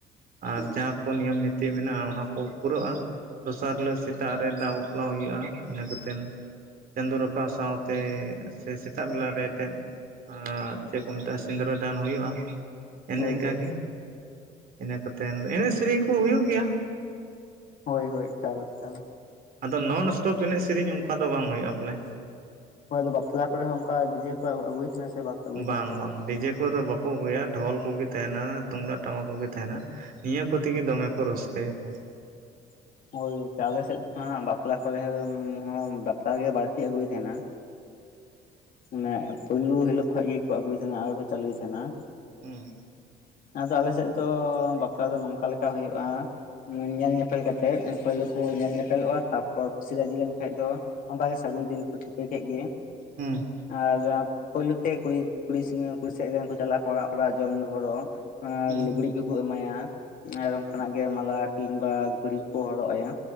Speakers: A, on the right; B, on the left.
A: ᱟᱨ ᱡᱟᱦᱟᱸ ᱠᱚ ᱱᱤᱭᱚᱢ ᱱᱤᱛᱤ ᱢᱮᱱᱟᱜᱼᱟ ᱚᱱᱟ ᱠᱚ ᱯᱩᱨᱟᱹᱜᱼᱟ᱾ ᱫᱚᱥᱟᱨ ᱦᱤᱞᱟᱹᱜ ᱥᱮᱛᱟᱜ ᱨᱮ ᱫᱟᱜ ᱵᱟᱯᱞᱟ ᱦᱩᱭᱩᱜᱼᱟ, ᱤᱱᱟᱹ ᱠᱟᱛᱮᱱ ᱪᱟᱸᱫᱳ ᱨᱟᱠᱟᱵ ᱥᱟᱶᱛᱮ ᱥᱮ ᱥᱮᱛᱟᱜ ᱵᱮᱞᱟᱨᱮ ᱮᱛᱮᱫ᱾ ᱟᱸ ᱪᱮᱜᱠᱚ ᱢᱮᱛᱟᱜᱼᱟ ᱥᱤᱸᱫᱽᱨᱟᱹᱫᱷᱟᱱ ᱦᱩᱭᱩᱜᱼᱟ᱾ ᱤᱱᱮ
B: ᱦᱳᱭ
A: ᱤᱝᱠᱟ
B: ᱦᱳᱭ
A: ᱜᱮ ᱤᱱᱟᱹ ᱠᱟᱛᱮᱱ ᱮᱱᱮᱡ ᱥᱮᱨᱮᱧ ᱠᱚ ᱦᱩᱭᱩᱜ ᱜᱮᱭᱟ᱾
B: ᱦᱳᱭ ᱦᱳᱭ ᱮᱠᱟᱞ ᱮᱠᱟᱞ
A: ᱟᱫᱚ ᱱᱚᱱ ᱥᱴᱚᱯ ᱮᱱᱮᱡ ᱥᱮᱨᱮᱧ ᱚᱝᱠᱟ ᱫᱚ ᱵᱟᱝ ᱦᱩᱭᱩᱜᱼᱟ᱾ ᱵᱚᱞᱮ
B: ᱦᱳᱭ ᱫᱚ ᱵᱟᱯᱞᱟ ᱠᱚᱨᱮ ᱦᱚᱸ ᱚᱝᱠᱟ ᱰᱤᱡᱮ ᱠᱚ ᱟᱹᱜᱩᱭ ᱛᱟᱦᱮᱸᱱᱟ ᱥᱮ ᱵᱟᱯᱮ ᱟᱹᱜᱩᱭᱮᱫ ᱛᱟᱦᱮᱸᱱᱟ
A: ᱵᱟᱝ
B: ᱟᱯᱮ ᱥᱮᱫ?
A: ᱵᱟᱝ ᱰᱤᱡᱮ ᱠᱚᱫᱚ ᱵᱟ ᱠᱚ ᱟᱹᱜᱩᱭᱟ ᱰᱷᱚᱞ ᱠᱚᱜᱮ ᱛᱟᱦᱮᱸᱱᱟ, ᱛᱩᱢᱫᱟᱜ ᱴᱟᱢᱟᱠ ᱠᱚᱜᱮ ᱛᱟᱦᱮᱸᱱᱟ᱾ ᱱᱤᱭᱟᱹ ᱠᱚᱛᱮ ᱜᱮ ᱫᱚᱢᱮ ᱠᱚ ᱨᱟᱹᱥᱠᱟᱹᱭᱟᱠᱚ᱾
B: <inaudible> ᱦᱳᱭ ᱜᱚᱝᱠᱮ ᱟᱞᱮ ᱥᱮᱫ ᱫᱚ ᱦᱟᱸᱜ ᱵᱟᱯᱞᱟ ᱠᱚᱨᱮ ᱦᱚᱸ ᱵᱟᱯᱞᱟ ᱜᱮ ᱵᱟᱹᱲᱛᱤ ᱟᱹᱜᱩᱭ ᱛᱟᱦᱮᱸᱱᱟ᱾ ᱢᱟᱱᱮ ᱯᱳᱭᱞᱩ ᱦᱤᱞᱳᱜ ᱠᱷᱚᱡ ᱜᱮᱠᱚ ᱟᱹᱜᱩᱭ ᱛᱟᱦᱮᱱᱟ, ᱟᱨ ᱠᱚ ᱪᱟᱹᱞᱩᱭ ᱛᱟᱦᱮᱱᱟ᱾
A: ᱦᱩᱸ
B: ᱟᱫᱚ ᱟᱞᱮ ᱥᱮᱫ ᱫᱚ ᱵᱟᱯᱞᱟ ᱫᱚ ᱱᱚᱝᱠᱟ ᱞᱮᱠᱟ ᱦᱩᱭᱩᱜᱼᱟ ᱧᱮᱞ ᱧᱮᱯ ᱯᱮᱞ ᱠᱟᱛᱮᱜ ᱯᱩᱭᱞᱳ ᱠᱚ
A: ᱦᱩᱸ
B: ᱧᱮᱞᱼᱧᱮᱯᱮᱞᱚᱜᱼᱟ ᱛᱟᱯᱚᱨ ᱠᱩᱥᱤ ᱨᱟᱹᱡᱤ ᱞᱮᱱᱠᱷᱟᱡ ᱫᱚ ᱚᱝᱠᱟ ᱜᱮ ᱥᱟᱹᱜᱩᱱ ᱫᱤᱱ ᱠᱚ ᱴᱷᱤᱠᱟᱹ ᱠᱮᱜ ᱜᱮ᱾
A: ᱦᱩᱸ
B: ᱟᱨ ᱯᱳᱭᱞᱳ ᱛᱮ ᱠᱩᱲᱤ ᱠᱩᱲᱤ ᱠᱩᱲᱤ ᱥᱮᱫ ᱨᱮᱱ ᱠᱚ ᱪᱟᱞᱟᱜᱼᱟ ᱠᱚ ᱚᱲᱟᱜ ᱚᱲᱟᱜ ᱡᱚᱢ ᱧᱩ ᱦᱚᱨᱚ᱾ ᱟᱨ
A: ᱦᱩᱸ
B: ᱞᱩᱜᱽᱲᱤᱡ ᱠᱚᱠᱚ ᱮᱢᱟᱭᱟ ᱟᱨ ᱚᱝᱠᱟ ᱱᱟᱜ ᱜᱮ ᱢᱟᱞᱟ ᱠᱤᱢᱵᱟ ᱜᱷᱩᱲᱤ ᱠᱚᱠᱚ ᱦᱚᱨᱚᱜ ᱟᱭᱟ᱾